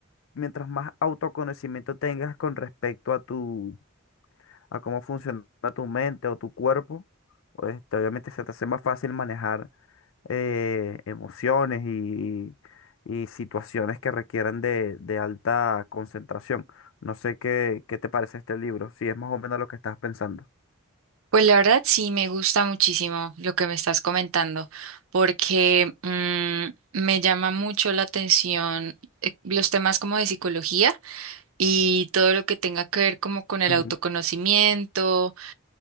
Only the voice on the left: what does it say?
mientras más autoconocimiento tengas con respecto a tu, a cómo funciona tu mente o tu cuerpo, pues, este, obviamente se te hace más fácil manejar eh, emociones y, y situaciones que requieran de, de alta concentración. No sé qué, qué te parece este libro, si es más o menos lo que estás pensando.
Ujú,